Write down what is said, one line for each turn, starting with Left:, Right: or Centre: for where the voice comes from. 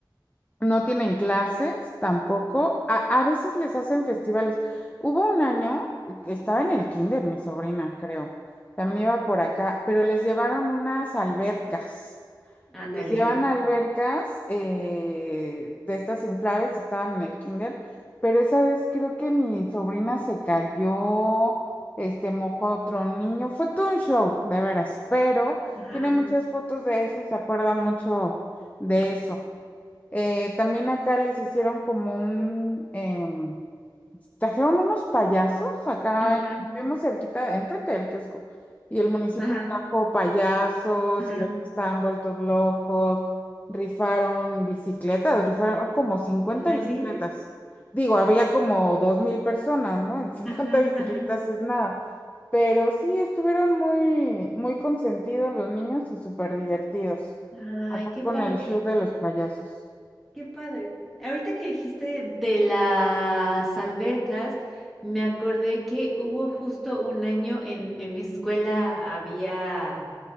Left: no tienen clases tampoco, a, a veces les hacen festivales. Hubo un año, estaba en el kinder mi sobrina, creo, también iba por acá, pero les llevaron unas albercas.
Centre: ándale.
Left: Les llevan a albercas eh, de estas inflables, estaban en el kinder, pero esa vez creo que mi sobrina se cayó, este, mojó a otro niño, fue todo un show, de veras, pero
Centre: Ajá,
Left: tiene muchas fotos de eso y se acuerda mucho de eso. Eh, también acá les hicieron como un, em, Trajeron unos payasos acá,
Centre: ajá,
Left: vivimos cerquita, enfrente del kiosco, y el municipio
Centre: ajá,
Left: trajo payasos
Centre: ajá,
Left: y los que estaban vueltos locos, rifaron bicicletas, rifaron como cincuenta
Centre: ándale.
Left: bicicletas. Digo, había como 2.000 personas, ¿no? Y 50
Centre: Ajá,
Left: <laughs> bicicletas
Centre: ajá.
Left: es nada. Pero sí, estuvieron muy, muy consentidos los niños y súper divertidos,
Centre: Ay,
Left: acá
Centre: qué
Left: con
Centre: padre.
Left: el show de los payasos.
Centre: Qué padre. Ahorita que dijiste de las albercas, me acordé que hubo justo un año en, en mi escuela había